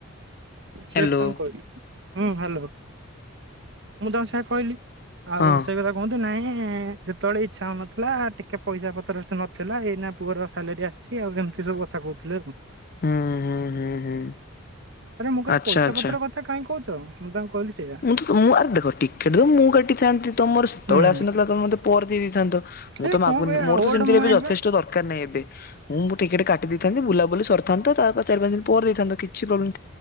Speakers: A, on the right; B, on the left.
A: ସେଇଆ
B: ହ୍ୟାଲୋ
A: ତାଙ୍କୁ କଇଲି, ହୁଁ ହାଲୋ ସ ମୁଁ ତାଙ୍କୁ ସେଇଆ କଇଲି। ଆଉ
B: ହଁ
A: ସେଇ କଥା କୁଅନ୍ତୁ। ନାଇଁ ହୁଁ, ଯେତେବେଳେ ଇଚ୍ଛା ହଉନଥିଲା, ଟିକେ ପଇସା ପତ୍ର ଏତେ ନଥିଲା, ଏଇନା ପୁଅର ସାଲାରୀ ଆସ ଅଛି ଆଉ ଏମିତି ସବୁ କଥା କଉଥିଲେ ଆଉ। <inaudible>
B: ହୁଁ ହୁଁ ହୁଁ ହୁଁ
A: ଆରେ ମୁଁ କଇଲି
B: ଆଚ୍ଛା
A: ପଇସା
B: ଆଚ୍ଛା
A: ପତ୍ର କଥା କାଇକି କଉଚ ମୁଁ ତାଙ୍କୁ କହିଲି ସେଇଆ
B: ମୁଁ ତ ମୁଁ ଆରେ ଦେଖ ଟିକେଟ ତ ମୁଁ କାଟିଥାନ୍ତି। ତମର ସେତବଳେ
A: ହୁଁ
B: ଆସିନଥିଲା ତମେ ମତେ ପଅରେ ଦେଇ ଦେଇଥାନ୍ତ।
A: ସେ
B: ମୁଁ ତ ମାଗୁନି
A: କଣ କହିବା
B: ମୋର ତ
A: ଓଲ୍ଡ
B: ସେମିତି
A: ମୁମେଣ୍ଟ
B: କେବେ ଯଥେଷ୍ଟ
A: ବା
B: ଦରକାର ନାଇ ଏବେ। <inaudible> ମୁଁ ବି ଟିକେଟ କାଟି ଦେଇଥାନ୍ତି ବୁଲାବୁଲି କରିଥାନ୍ତ, ତା ପରେ ଚାରି ପାଞ୍ଚ ଦିନି ପରେ ଦେଇଥାନ୍ତ କିଛି ପ୍ରୋବଲେମ